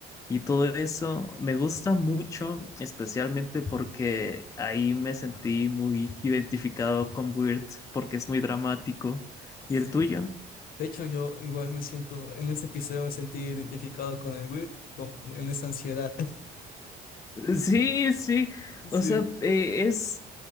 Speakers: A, on the left (about 20°); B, on the left (about 60°).
A: y todo eso. Me gusta mucho, especialmente porque ahí me sentí muy identificado con Weird, porque es muy dramático.
B: Sí.
A: ¿Y el tuyo?
B: De hecho, yo igual me siento, en ese episodio me sentí identificado con el Wirt, con- en esa ansiedad.
A: Sí, sí.
B: <laughs> Sí,
A: O sea, eh, es